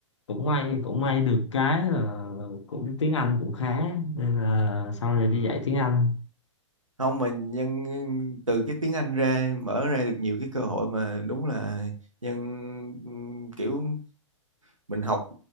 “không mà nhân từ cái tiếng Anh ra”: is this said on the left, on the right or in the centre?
Right